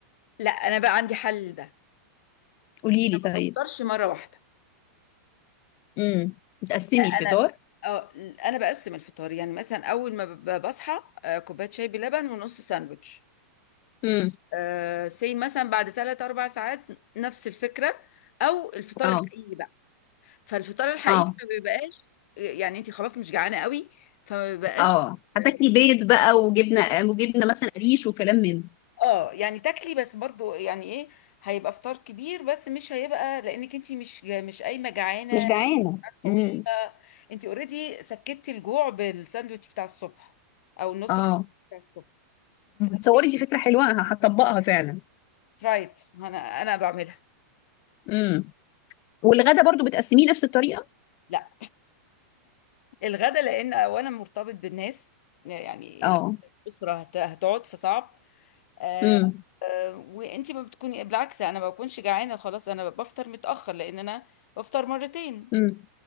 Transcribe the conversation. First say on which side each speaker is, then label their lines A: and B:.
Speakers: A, on the left (about 60°); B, on the left (about 45°).
A: لا انا بقى عندي حل ده
B: قولي لي
A: أنا
B: طيب
A: ما بفطرش مره واحده
B: امم بتقسمي الفطار
A: انا اه انا بقسم الفطار يعني مثلا اول ما ب- بصحى آه، كوبايه شاي بلبن ونص ساندوتش
B: امم
A: أه سي مثلا بعد 3 4 ساعات نفس الفكره او الفطار
B: اه
A: الحقيقي بقى فالفطار الحقيقي
B: اه
A: ما بيبقاش يعني انت خلاص مش جعانه قوي فما بيبقاش
B: اه هتاكلي
A: اه
B: بيض بقى وجبنه وجبنه مثلا قريش وكلام من ده.
A: آه، يعني تاكلي بس برضو يعني ايه هيبقى فطار كبير بس مش هيبقى لانك انت مش مش قايمه جعانه
B: مش جعانة
A: طويله
B: امم
A: انت اوريدي سكتي الجوع بالساندوتش بتاع الصبح او النص
B: اه
A: ساندوتش بتاع الصبح فبتيجي
B: تصوري دي فكره حلوه ه- هطبقها فعلا
A: ترايت انا انا بعملها
B: امم والغدا برضو بتقسميه نفس الطريقه
A: لا الغدا لان اولا مرتبط بالناس يعني
B: اه
A: لو الاسره هت- هتقعد فصعب آه
B: امم
A: آه وانت ما بتكوني بالعكس انا ما بكونش جعانه خلاص انا بفطر متاخر لان انا بفطر مرتين
B: امم